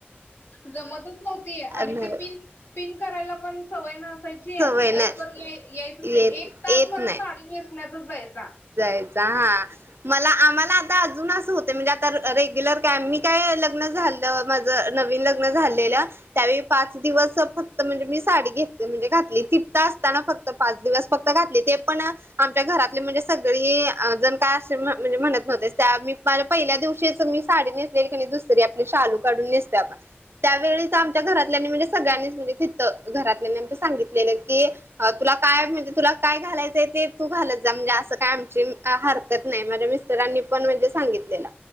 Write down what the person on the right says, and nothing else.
हा
सवय
नाही
येत
येत
नाही
जायचा हा. मला आम्हाला, आता अजून असं होत. म्हणजे, आता रेग्युलर काय, मी काय लग्न झाल माझ नवीन लग्न झालेलं. त्यावेळी पाच दिवस फक् म्हणजे, मी साडी घेतली म्हणजे, घातली. तिथ असताना फक्त पाच दिवस फक्त घातली. ते पण आमच्या घरातले म्हणजे सगळी जण काय अस म्हणजे, म्हणत नव्हते, त्या मी माझ्या पहिल्या दिवशी मी साडी ने सलेली का नाय, दुसरी आपले शालू काढून नेसतो, आपण त्यावेळी
आम च्या घरातल्यानी म्हणजे, सगळ्यांनीच म्हणजे तिथं, घरातल्यानी सांगितलेलं की, अं तुला काय म्हणजे, तुला काय घालायचंय, ते तू घालत जा म्हणजे, असं काय आमची हरकत नाही, माझ्या मिस्टरांनी पण म्हणजे सांगितलेलं.